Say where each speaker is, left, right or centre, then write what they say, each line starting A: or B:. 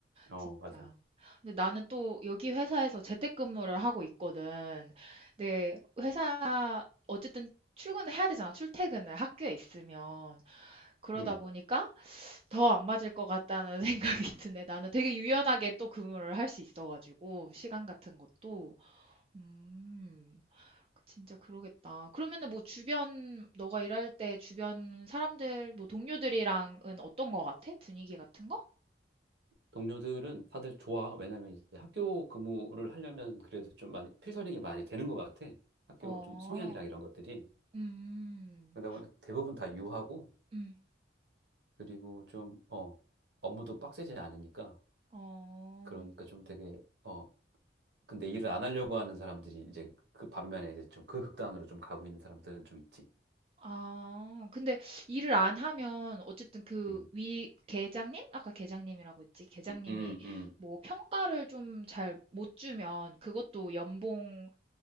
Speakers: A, on the right; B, on the right.
A: 어,
B: 진짜.
A: 맞아.
B: 근데 나는 또 여기 회사에서 재택근무를 하고 있거든. 근데 회사 어쨌든 출근을 해야 되잖아. 출퇴근을 학교에 있으면. 그러다
A: 음.
B: 보니까 더 안 맞을 것 같다는 <laughs> 생각이 드네. 나는 되게 유연하게 또 근무를 할 수 있어가지고 시간 같은 것도. 음. 그 진짜 그러겠다. 그러면은 뭐 주변 너가 일할 때 주변 사람들 뭐 동료들이랑은 어떤 거 같아? 분위기 같은 거?
A: 동료들은 다들 좋아. 왜냐면 이제 학교 근무를 하려면 그래도 좀 많이 필터링이 많이 되는 것 같아. 학교
B: 어.
A: 좀 성향이랑 이런 것들이.
B: 음.
A: 그러다 보니까 대부분 다 유하고
B: 음.
A: 그리고 좀, 어, 업무도 빡세지 않으니까
B: 어.
A: 그러니까 좀 되게, 어, 근데 일을 안 하려고 하는 사람들이 이제 그 반면에 이제 좀 그 극단으로 좀 가고 있는 사람들은 좀 있지.
B: 아, 근데 일을 안 하면 어쨌든 그
A: 음,
B: 위 계장님? 아까 계장님이라고 했지. 계장님이
A: 음, 음, 음.
B: 뭐 평가를 좀 잘 못 주면 그것도 연봉